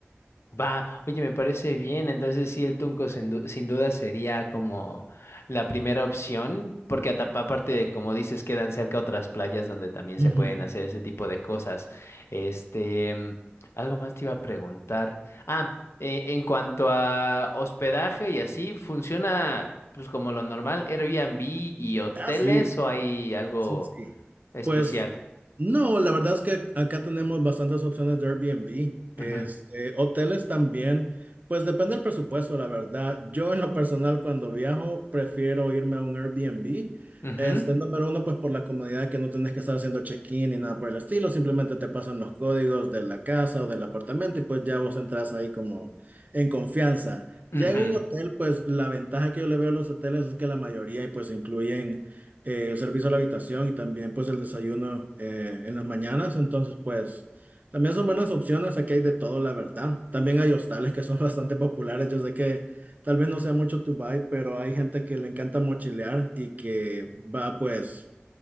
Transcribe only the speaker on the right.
Ujú.
Ah, sí,
sí, sí.
Pues No, la verdad es que acá tenemos bastantes opciones de Airbnb. Este,
hoteles también, pues depende del presupuesto, la verdad. Yo en lo personal cuando viajo prefiero irme a un Airbnb.
Este, número uno, pues por la comodidad que no tenés que estar haciendo check-in ni nada por el estilo, simplemente te pasan los códigos de la casa o del apartamento y pues ya vos entras ahí como en confianza. Ya
en un hotel, pues la ventaja que yo le veo a los hoteles es que la mayoría pues incluyen eh, el servicio a la habitación y también pues el desayuno eh, en las mañanas. Entonces pues también son buenas opciones, aquí hay de todo, la verdad. También hay hostales que son <laughs> bastante populares, yo sé que tal vez no sea mucho tu vibe, pero hay gente que le encanta mochilear y que va pues